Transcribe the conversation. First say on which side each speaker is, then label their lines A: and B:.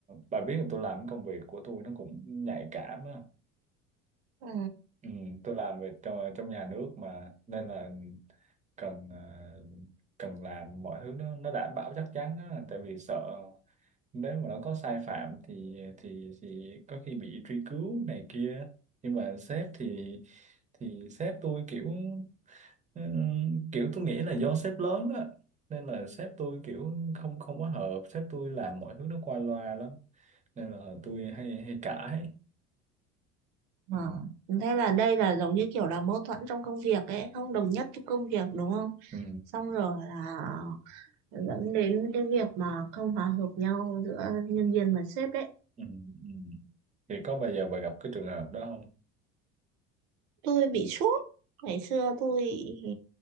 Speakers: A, on the right (about 20°); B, on the right (about 65°).
A: bà biết là tôi làm cái công việc của tôi nó cũng nhạy cảm á
B: Ừ,
A: ừ, tôi làm về trong, trong nhà nước mà nên là cần ờ, cần làm mọi thứ nó nó đảm bảo chắc chắn á tại vì sợ nếu mà nó có sai phạm thì thì thì có khi bị truy cứu này kia nhưng mà sếp thì thì sếp tôi kiểu ừm, kiểu tôi nghĩ là do sếp lớn á nên là sếp tôi kiểu không không có hợp sếp tôi làm mọi thứ nó qua loa lắm nên là tôi hay hay cãi ừ.
B: Ờ, thế là đây là giống như kiểu là mâu thuẫn trong công việc ấy, không đồng nhất trong công việc đúng không?
A: Ừ.
B: Xong rồi là dẫn đến cái việc mà không hòa hợp nhau giữa nhân viên và sếp đấy.
A: Ừ. Ừ. thì có bao giờ bà gặp cái trường hợp đó không
B: tôi bị sốt ngày xưa tôi ừ,